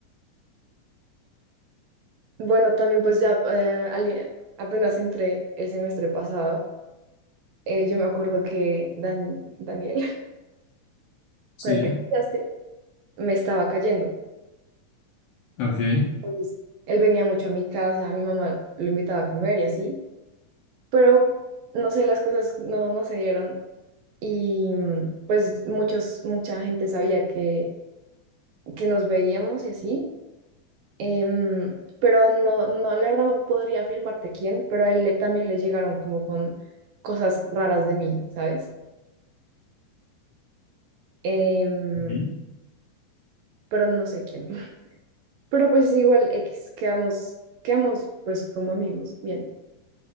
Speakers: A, on the right; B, on the left.
A: bueno, también pues ya eh, al- apenas entré el semestre pasado, eh, yo me acuerdo que Dan, Daniel, <laughs>
B: sí.
A: con el que estudiaste, me estaba cayendo.
B: Ok.
A: Entonces, él venía mucho a mi casa, mi mamá lo invitaba a comer y así, pero no sé, las cosas no, no se dieron y mm, pues muchos, mucha gente sabía que que nos veíamos y así, em, pero no, no, la verdad no podría afirmarte quién, pero a él le- también le llegaron como con cosas raras de mí, ¿sabes? Em,
B: Sí.
A: pero no sé quién. <laughs> Pero pues igual X, quedamos, quedamos pues como amigos, bien.